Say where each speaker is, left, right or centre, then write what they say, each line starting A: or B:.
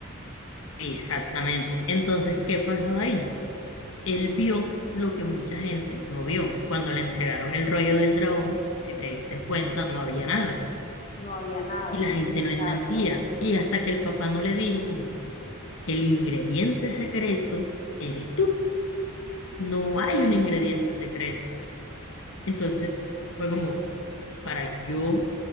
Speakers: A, on the left; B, on the left.
A: exactamente. Entonces, ¿qué pasó ahí? Él vio lo que mucha gente no vio. Cuando le entregaron el rollo del dragón, si te diste cuenta, no había nada
B: no había nada,
A: Y la gente
B: exacto,
A: no entendía. Y hasta que el papá no le dijo como, el ingrediente secreto eres tú. No hay un ingrediente secreto. Entonces fue como, para yo